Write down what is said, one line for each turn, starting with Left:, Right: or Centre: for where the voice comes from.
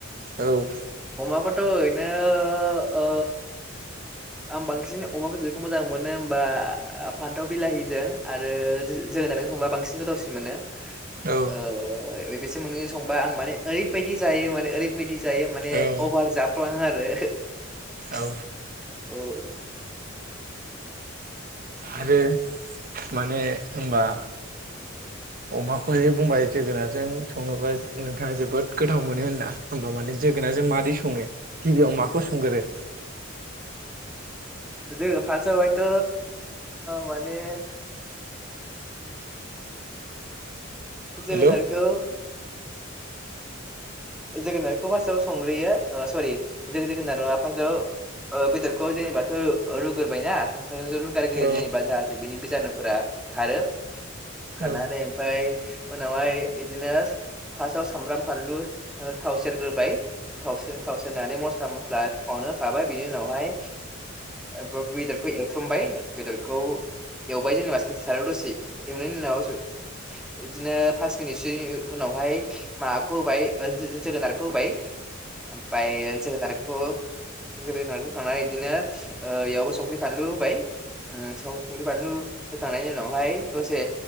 Right: औ
Centre: अमाखौथ' ओरैनो ओ आं बांसिन अमा बेदरखौ मोजां। मोनो होमबा फान्थाव बिलाहिजों आरो जोगोनारजों संबा बांसिन गोथावसिन मोनो
Right: औ
Centre: औ बेसोर मोननैखौ संबा आं माने ओरैबायदि जायो माने ओरैबायदि जायो माने
Right: औ
Centre: अभार जाफ्लाङो आरो ।
Right: औ
Centre: औ
Right: आरो माने होनबा।
Centre: <inaudible>
Right: अमाखौहाय बुंबाय जोगोनारजों सङोबा नोंथाङा जोबोद गोथाव मोनो होनना । होमबा माने जोगोनार जों माबादै सङो गिबियाव माखौ सोंगोरो?
Centre: <inaudible> जों फार्स आव हयथ' माने जोगोनारखौ
Right: हेलौ
Centre: जोगोनारखौ फार्स्टआव संग्रोयो । सरि जों जोगोनार नङा फारसेआव बेदरखौ जेनेबाथ' रुग्रोबायना रुगारग्रोयो
Right: औ
Centre: जाहाथे बिनि बिजानुफोरा खारो खारनानै।
Right: औ
Centre: ओमफ्राय उनावहाय बिदिनो फास्टाव सामब्राम फानलु थाव सेरग्रोबाय। थावसेेर नानै मस्ला मस्ला थावावनो होखाबाय बिनि उनावहाय बेदरखौ बेखौ एवफ्रामबाय बेदरखौ एवबाय जेनेबा सारायाव दसे । एवनायनि उनाव <inaudible> बिदिनो फास मिनिटसोनि उनावहाय माबाखौ होबाय जोगोनारखौ होबाय। ओफायो जोगोनारखौ। जोगोनारखौ होखांनानै बिदिनो बेयावबो संख्रि फानलु होबाय। उम संख्रि बानलु होखांनायनि उनावहाय दसे